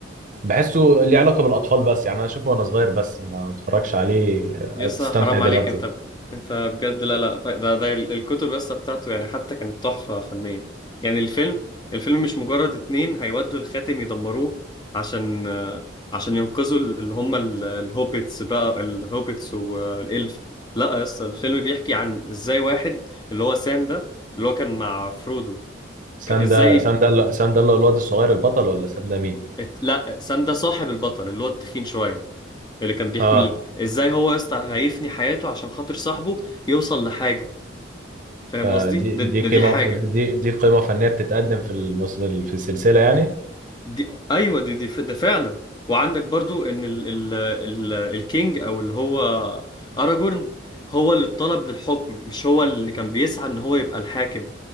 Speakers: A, on the right (about 40°); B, on the left (about 20°).
A: بحسه ليه علاقه بالاطفال بس يعني انا اشوفه وانا صغير بس ما اتفرجش عليه
B: يا اسطى
A: تستمتع
B: حرام
A: دلوقتي
B: عليك انت ب... انت بجد لا لا ف- ده ده ال- الكتب يا اسطى بتاعته يعني حتى كانت تحفة فنية يعني الفيلم الفيلم مش مجرد اتنين هيودوا الخاتم يدمروه عشان آه، عشان ينقذوا ال- اللي هم ال- الهوبيتس بقى الهوبيتس والإلف لا يا اسطى الفيلم بيحكي عن ازاي واحد اللي هو سام ده اللي هو كان مع فرودو ك-
A: سام
B: ازاي
A: ده سام ده سام ده اللي هو الواد الصغير البطل ولا سام ده مين
B: ات- لا سام ده صاحب البطل اللي هو التخين شوية اللي كان بيحميه
A: اه
B: ازاي هو يا اسطى هيفني حياته عشان خاطر صاحبه يوصل لحاجه فاهم
A: فدي
B: قصدي ده,
A: دي
B: ده
A: قيمة
B: دي حاجه
A: دي دي قيمة فنية بتتقدم في المس... في السلسلة يعني
B: دي ايوه دي, دي ف- ده فعلا وعندك برضو ان ال ال ال الكينج او اللي هو اراجورن هو اللي اتطلب للحكم مش هو اللي كان بيسعى ان هو يبقى الحاكم